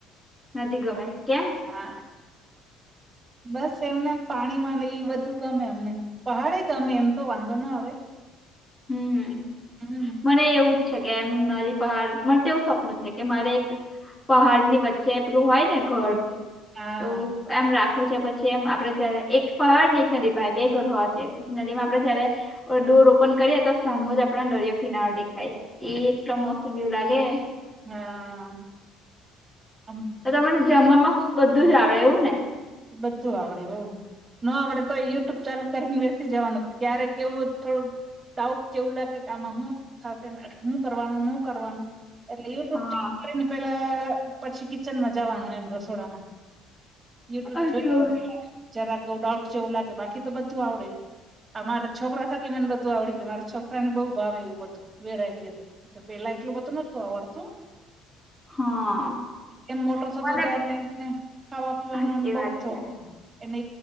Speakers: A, on the left; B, on the right.
A: નદી ગમે કેમ.
B: હા બસ એમનેમ પાણીમાંને એ બધું ગમે એમને પહાડે ગમે એમ તો વાંધો નો આવે
A: હમ્મ
B: હમ.
A: મને એવું છે. કે એમ નદી પહાડ મનતો એવુ સપનું છે કે મારે એક. પહાડ ની વચ્ચેેલું હોય ને ઘર
B: હા
A: એવું. એમ રાખું છે પછી એમ આપડે જારે એક પહાડ ને એક નદી પાય બે ઘર હોવા જોયે નદી માં આપડે જ દૂર રોપણ. કરીએ તો સાંભે જ આપણા દરિયો કિનારો દેખાય એ એટલો મસ્ત વ્યુ લાગે.
B: હા. આમ
A: તો તમને જમવામાં બધું જ આવડે એવું ને.
B: બધું આવડે હો. ન આવડે તો યુટ્યુબ ચાલુ કરીને બેસી જવાનું ક્યારેક કે એવું થોડું. ડાઉટ કેવું લાગે કે આમાં હું થશે હું કરવાનું ન કરવાનું. એટલે યુટ્યુબ
A: હા
B: કરીને પેલા પછી કિચન માં જવાનું એમ રસોડામાં. યુટ્યુબ
A: અચ્છા.
B: જોય લો જરા કેું ડાઉટ છેવું લાગે બાકી તો બધું આવડે. આ મારા છોકરા થકી મને બધું આવડી ગયું મારા છોકરા ને બહુ ભાવે એવું બધું વેરાયટીઓ. તો પેલા એટલું બધું નતું આવડતું.
A: હા
B: એમ મોટા થતો
A: મને
B: જાય એટ લને ખાવા. પીવાનો
A: સાચી
B: એ બહુ
A: વાત
B: શોખ
A: છે
B: એને